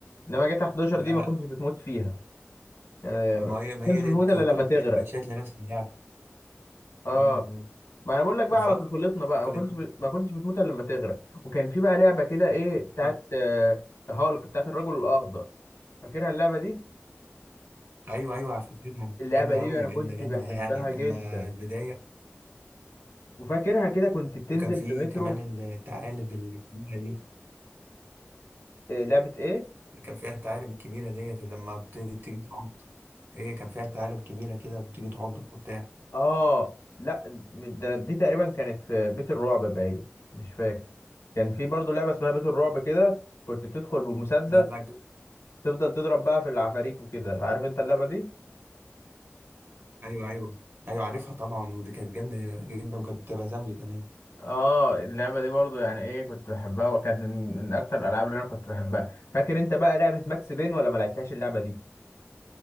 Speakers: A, on the left; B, on the right.
A: انما جاتا 11
B: لا
A: دي
B: لا
A: ما كنتش بتموت فيها آه، ما
B: ما هي ما
A: كنتش
B: هي ديت
A: بتموت
B: ك-
A: الا لما
B: كل
A: تغرق
B: ده كان باتشات لنفس اللعبه
A: اه
B: امم
A: ما انا بقول لك بقى
B: بالظبط
A: على طفولتنا بقى
B: كل
A: ما كنتش ب... ما كنتش بتموت الا لما تغرق وكان في بقى لعبه كده ايه
B: بالظبط
A: بتاعت آه، هالك بتاعت الرجل الاخضر فاكرها اللعبه دي
B: ايوه ايوه فاكرها
A: اللعبه
B: جامده
A: دي
B: قوي
A: انا
B: جامده
A: كنت
B: جامده
A: بحبها
B: يعني لما
A: جدا
B: البدايه
A: وفاكرها كده كنت بتنزل
B: وكان في
A: في مترو
B: كمان الثعالب الكبيره دي
A: آه، لعبه ايه
B: كان فيها الثعالب الكبيره ديت اللي لما بت- تيجي تعضك هي كان فيها ثعالب كبيره كده وبتيجي تعضك وبتاع
A: اه لا ده دي تقريبا كانت في بيت الرعب باين مش فاكر كان في برضو لعبه اسمها بيت الرعب كده كنت بتدخل بمسدس
B: لا لا
A: تفضل تضرب بقى في العفاريت وكده عارف انت اللعبه دي
B: ايوه ايوه ايوه عارفها طبعا ودي كانت جامده جدا وكانت بتبقى زوجي كمان
A: اه اللعبة دي برضو يعني ايه كنت بحبها وكانت من, من اكتر الالعاب اللي انا كنت بحبها فاكر انت بقى لعبة ماكس بين ولا ما لعبتهاش اللعبة دي